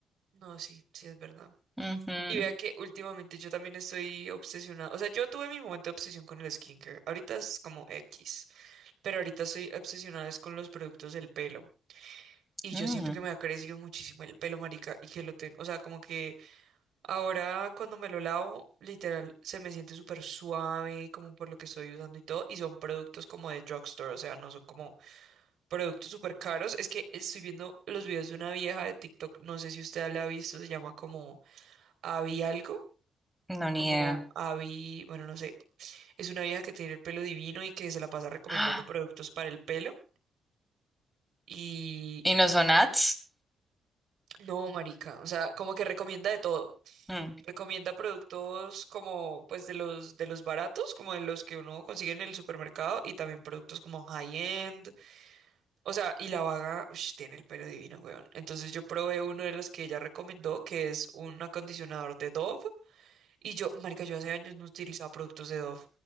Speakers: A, on the right; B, in the centre.
A: No, sí, sí es verdad.
B: Ujú.
A: Y vea que últimamente yo también estoy obsesionada. O sea, yo tuve mi momento de obsesión con el skincare. Ahorita es como X, pero ahorita estoy obsesionada es con los productos del pelo. Y
B: Mm.
A: yo siento que me ha crecido muchísimo el pelo, marica, y que lo tengo, o sea, como que Ahora cuando me lo lavo, literal, se me siente súper suave, como por lo que estoy usando y todo. Y son productos como de drugstore, o sea, no son como productos súper caros. Es que estoy viendo los videos de una vieja de TikTok, no sé si usted la ha visto, se llama como Abby algo,
B: No, ni
A: como
B: idea.
A: Abby, bueno, no sé. Es una vieja que tiene el pelo divino y que se la pasa recomendando
B: ¡Ah!
A: productos para el pelo. Y
B: ¿Y no son ads?
A: no, marica, o sea, como que recomienda de todo.
B: Mm,
A: recomienda productos como pues de los de los baratos, como de los que uno consigue en el supermercado y también productos como high end. O sea, y la vaga ush, tiene el pelo divino, weón. Entonces yo probé uno de los que ella recomendó, que es un acondicionador de Dove y yo, marica, yo hace años no utilizaba productos de Dove,